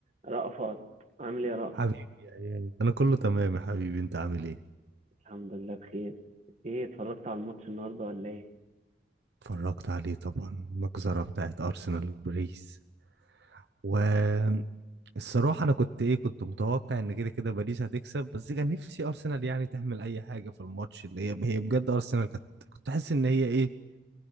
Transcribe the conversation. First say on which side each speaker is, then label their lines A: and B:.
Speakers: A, on the right; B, on the right.
A: رأفت عامل ايه يا رأفت
B: حبيبي يا اياد انا كله تمام يا حبيبي انت عامل ايه
A: الحمد لله بخير ايه اتفرجت على الماتش النهارده ولا ايه
B: اتفرجت عليه طبعا المجزرة بتاعت ارسنال وباريس والصراحة انا كنت ايه كنت متوقع ان كده كده باريس هتكسب بس كان نفسي ارسنال يعني تعمل اي حاجة في الماتش اللي هي هي بجد ارسنال كانت كنت حاسس ان هي ايه